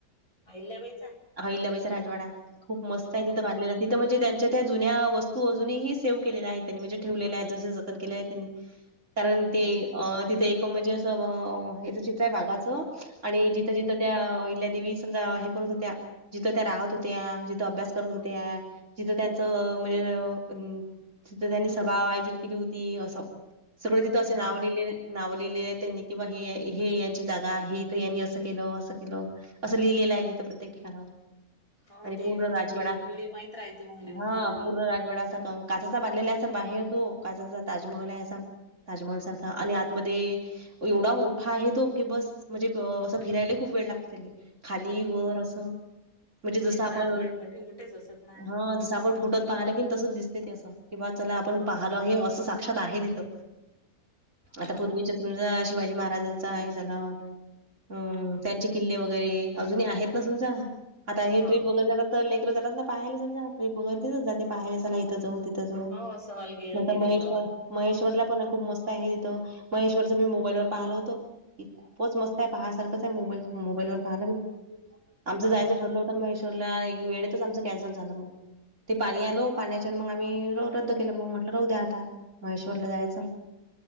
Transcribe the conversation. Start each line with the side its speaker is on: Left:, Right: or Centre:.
Left: अहिल्या बाईचा?
Right: अहिल्याबाईचा राजवाडा. खूप मस्तय
Left: हो
Right: तिथं बांधलेला.
Left: का
Right: तिथं म्हणजे त्यांच्या त्या जुन्या वस्त- -स्तू अजूनही सेव्ह केलेल्या आहेत त्यांनी. म्हणजे ठेवलेल्यायेत. जस जतन केल्याये त्यांनी. कारण
Left: हो
Right: ते
Left: ना
Right: अं तिथे एक म्हणजे- अ हेच चित्र आहे वाघाचं आणि जिथं जिथं त्या अहिल्यादेवी समजा करत होत्या जिथं त्या राहत होत्या जिथं अभ्यास करत होत्या जिथं त्यांच म्हणजे अ तिथ त्यांनी सभा आयोजित केली होती असं सगळं तिथं असं
Left: हो
Right: नाव
Left: ना
Right: लिहिलेललं ये. नाव लिहिलेलं आहेत त्यांनी किं बा हे हे यांची जागा आहे हे इथं यांनी असं केलं, असं केलं. असं लिहिलेलं आहे तिथं प्रत्येक ठिकाणावर.
Left: हो
Right: आणि
Left: ते
Right: पूर्ण
Left: म्हणजे
Right: राजवाडा
Left: पिढीन पिढी माहित राहते मग लिहून
Right: हां
Left: ठेवलं की
Right: पूर्ण राजवाडा काचचा बांधलेला हाय असा बाहेर तो काचचा ताजमहल आहे असा. ताजमहल सारखा आणि आतमध्ये एवढा मोठा आहे तोे कि बस म्हणजे असं फिरायले ही खूप वेळ लागते तेले. खाली वर असं म्हणजे जसं
Left: पहिले
Right: आपण
Left: राजवाडे मोठे मोठेच असत ना
Right: हां जसं आपण फोटोत पाहिलं की तसच दिसते ते असं कि बा चला आपण पाहालं हे असं साक्षात आहे तिथं.
Left: हो
Right: आता पूर्वीच
Left: ना
Right: समजा शिवाजी महाराजांचा हे झालं हम्म त्यांचे किल्ले वगैरे अजून ही आहेत ना समजा. आता हे
Left: हो
Right: ट्रिप वैगेरे जात तर लेकर जातात ना पाहायले समजा ट्रिप वैगेरे तिथंच जाते पाहायले चला इथं जाऊ. तिथं जाऊ
Left: हो सहल गेल
Right: म्हणतात
Left: गेली
Right: महेश्वर
Left: तर
Right: महेश्वरला पण खूप मस्त आहे तिथं महेश्वरच मी मोबाईलवर पाहलं होत. की खूपच मस्त आहे पहा सारखंच आहे मोबाईल मोबाईलवर पाहाल मी. आमचं
Left: हा
Right: जायचं
Left: काय
Right: ठरलं होतं महेश्वरला आणि वेळेतच आमच कॅन्सल झालं मग. ते पाणी आलो पाण्या मग आम्ही रद्द केलं मग म्हटलं राहू द्या आता महेश्वरला जायचं.